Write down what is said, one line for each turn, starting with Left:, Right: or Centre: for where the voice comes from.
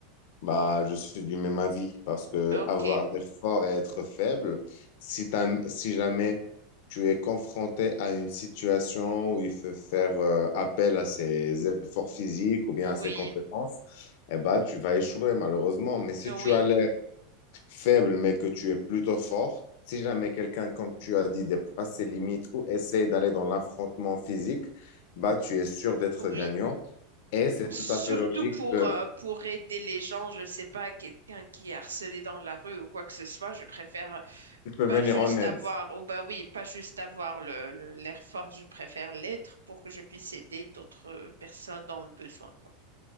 Left: Bah, je suis du même avis parce que
Right: Ok.
Left: avoir l'air fort et être faible, si t'as- si jamais tu es confronté à une situation où il faut faire euh, appel à ses efforts physiques ou bien
Right: Oui,
Left: à ses compétences, eh bah, tu vas échouer malheureusement. Mais si
Right: oui,
Left: tu as l'air faible, mais que tu es plutôt fort. Si jamais quelqu'un, comme tu as dit, dépasse ses limites ou essaie d'aller dans l'affrontement physique, bah, tu es sûr d'être
Right: oui.
Left: gagnant. Et c'est
Right: Surtout
Left: tout à fait logique
Right: pour,
Left: que
Right: euh, pour aider les gens, je sais pas, quelqu'un qui est harcelé dans la rue ou quoi que ce soit, je préfère
Left: tu peux
Right: pas
Left: venir
Right: juste
Left: en aide.
Right: avoir, oh bah oui, pas juste avoir le, le- l'air fort, je préfère l'être pour que je puisse aider d'autres personnes dans le besoin, quoi.